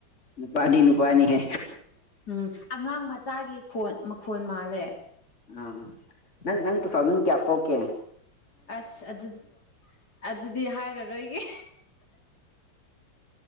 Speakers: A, on the left (about 35°); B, on the left (about 55°).
A: ꯅꯨꯄꯗꯤ ꯅꯨꯄꯋꯥꯅꯤꯍꯦ
B: ꯎꯝ ꯑꯉꯥꯡ ꯃꯆꯥꯒꯤ ꯈꯣꯟ ꯃꯈꯣꯟ ꯃꯥꯜꯂꯦ
A: ꯑ ꯅꯪ ꯅꯪ ꯇꯨ ꯊꯧꯡꯁꯟ ꯀꯦꯌꯥꯄꯣꯛꯀꯦ
B: ꯑꯁ ꯑꯗꯨ ꯑꯗꯨꯗꯤ ꯍꯥꯏꯔꯔꯣꯏꯒꯦ